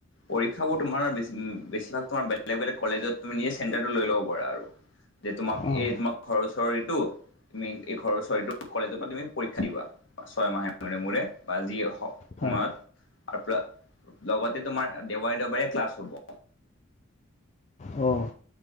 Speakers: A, on the left; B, on the left.
A: পৰীক্ষাবোৰ তোমাৰ বেছি - বেছি ভাগ বেলেগ - বেলেগ কলেজত তুমি নিজে চেণ্টাৰটো লৈ ল'ব পাৰা আৰু। যে তোমাক
B: অঁ
A: এই তোমাক ঘৰ ওচৰ ইটো তুমি এই ঘৰৰ চৰিটো কলেজৰ পৰা তুমি পৰীক্ষা দিবা ছয় মাহে মোৰে -মোৰে বা যি হওক সময়ত
B: হয়
A: <unintelligible> লগতে তোমাৰ দেওবাৰে- দেওবাৰে ক্লাছ হ'ব।
B: অহ